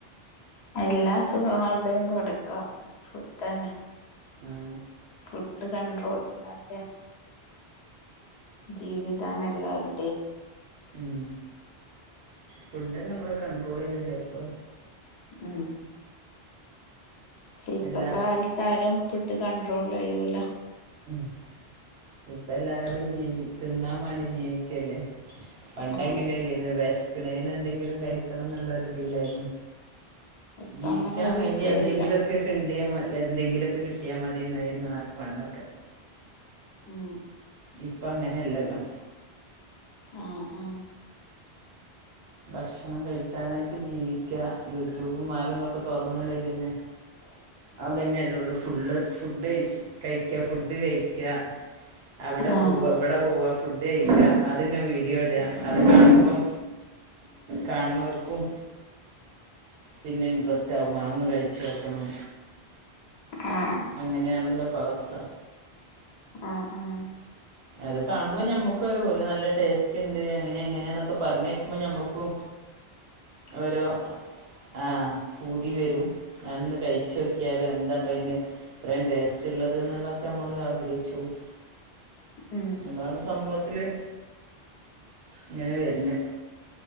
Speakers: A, on the left (about 80°); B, on the right (about 75°).
A: എല്ലാ അസുഖങ്ങളുടെയും തുടക്കം ഫുഡ്ന്നെ
B: ഉം
A: ഫുഡ് കണ്ട്രോൾ ല്ലാതെ ജീവിതാന്നെല്ലോരു
B: ഹ്മ് ഫുഡ് നമ്മള് കണ്ട്രോളെയ്യണ്ടേ എപ്പളും
A: മ് ഷെപ്പത്തെ
B: എല്ലാ
A: കാലത്താലും ഫുഡ്‌ കണ്ട്രോളെയ്യൂല്ലോ
B: ഹ്മ് <inaudible> ഇപ്പെല്ലാരും ജീവി തിന്നാൻ വേണ്ടി ജീവിക്കല്ലേ പണ്ടങ്ങനെയല്ലാഞ്ഞു
A: ഉം
B: വെഷ ക്ക്‌ണേനെന്തെങ്കിലും കഴിക്കണംന്നുള്ളൊരീതിയിലായിരുന്നു
A: ഇപ്പ
B: ജീവിക്കാൻ
A: അങ്ങനെ ഒരു
B: വേണ്ടി
A: ഇതേല്ല
B: എന്തെങ്കിലൊക്കെ കിണ്ടിയ എന്തെങ്കിലൊക്കെ കിട്ടിയാ മതിന്നായിരുന്നു ആ പണ്ടൊക്കെ
A: ഉം
B: ഇപ്പങ്ങനെല്ലല്ലോ
A: ആ ആ
B: ഭക്ഷണം കഴിക്കാനായിട്ട് ജീവിക്ക യൂട്യൂബ്മാരെല്ലൊക്കെ തൊറന്ന്ണ്ടെ പിന്നെ
A: <inaudible>
B: അതന്നെയല്ലുള്ളൂ ഫുള്ള് ഫുഡ് കഴിക്ക ഫുഡ് കഴിക്ക അവിടെ
A: ആഹ്
B: പോവാ ഇവിടെ പോവാ ഫുഡ് കഴിക്കാ അത്ങ്ങനെ വീഡിയോ ഇടാ അത് കാണുമ്പം കാണ്ണോർക്കും പിന്നെ ഇൻട്രസ്റ്റാകും അതൊന്ന് കഴിച്ച് നോക്കണം
A: ആഹ്
B: അങ്ങനെയാണല്ലോ ഇപ്പവസ്ഥ
A: ആഹ് ആഹ്
B: അത് കാണുമ്പോ ഞമ്മക്ക് ഓല്നല്ല ടേസ്റ്റ്ണ്ട് അങ്ങനെ ഇങ്ങനെന്നൊക്കെ പറഞ്ഞ്കേക്കുമ്പൊ ഞമ്മക്കും
A: ആ
B: ഓരോ ആ പൂതി വരും അതൊന്ന് കയിച്ചോക്കിയാലോ എന്താപ്പയിന് ഇത്രയും ടേസ്റ്റുള്ളത്ന്നുള്ളതൊക്കെ നമ്മൾ ആഗ്രഹിച്ചുപോവും
A: ഉം
B: അതാണ് സംഭവത്തില് ഇങ്ങനെ വര്ന്നത്